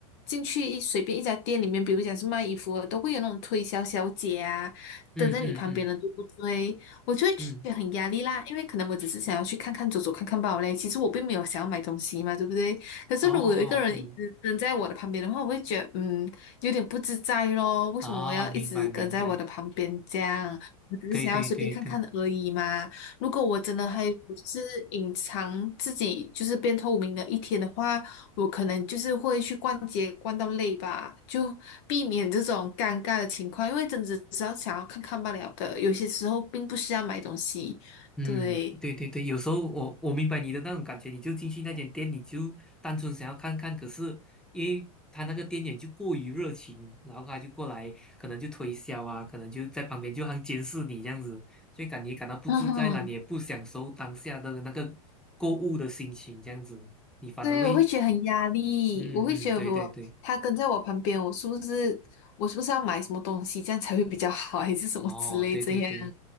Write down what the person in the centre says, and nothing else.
嗯嗯嗯嗯
嗯，嗯
哦哦嗯，
哦，明白明白，
对对对对。
嗯，
对对对，有时候我我明白你的那种感觉，你就进去那间店，你就单纯想要看看，可是因为他那个店员就过于热情，然后他就过来，可能就推销啊，可能就在旁边就好像监视你这样子，所以感觉感到不自在啦，
你也不享受当下的那个购物的心情，这样子，你反而会，
嗯嗯，
对对对，
哦，对对对。